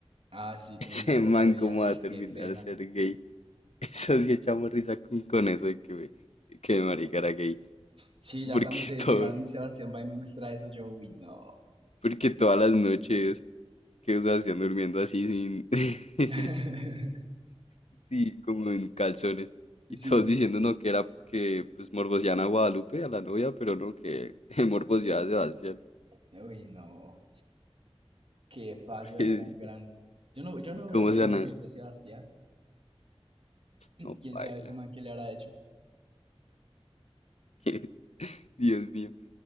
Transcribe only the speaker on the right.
Ah,
sí, tú
me dijiste el
otro día.
Ush,
qué pena.
Sí,
ya cuando ustedes
llegaron y Sebastián va y me muestra eso, yo, uy, no.
<laughs>
Sí,
uy, no. Qué fallo
hay tan grande. Yo no, yo
no hubiera
podido
dormir de Sebastián.
Quién
sabe ese man qué le habrá hecho.